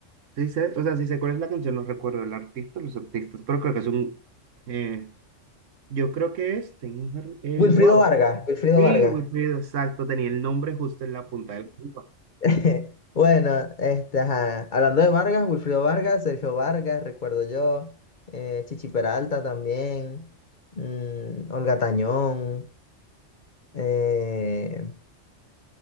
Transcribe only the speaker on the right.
Sí sé, o sea, sí sé cuál es la canción, no recuerdo el artista, los artistas, pero creo que es un, eh, yo creo que es, tengo un, jardín, eh,
wow.
Sí,
Wilfrido, exacto, tenía el nombre justo en la punta de la lengua.